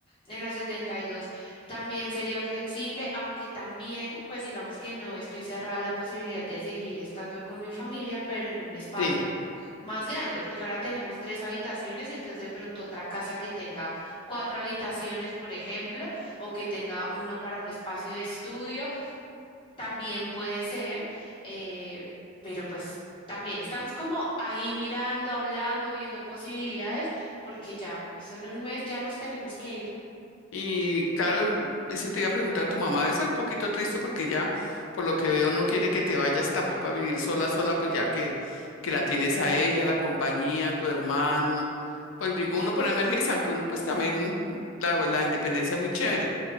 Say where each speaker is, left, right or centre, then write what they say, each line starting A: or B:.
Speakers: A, on the left (about 25°); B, on the left (about 65°).
A: En la 72 también sería flexible, aunque también, pues digamos que no estoy cerrada a la posibilidad de seguir estando con mi familia, pero en un espacio
B: Sí.
A: más grande, porque ahora tenemos tres habitaciones, entonces de pronto otra casa que tenga cuatro habitaciones, por ejemplo, o que tenga uno para un espacio de estudio, también puede ser, eh, pero pues también estamos como ahí mirando, hablando, viendo posibilidades, porque ya, eso en un mes ya nos tenemos que ir.
B: Y claro, eso te iba a preguntar, tu mamá debe estar un poquito triste porque ya, por lo que veo, no quiere que te vayas tampoco a vivir sola, sola, pues ya que, que la tienes a ella, la compañía, tu hermano, pues digo uno por emergencia, aunque uno pues también la, la independencia es muy chévere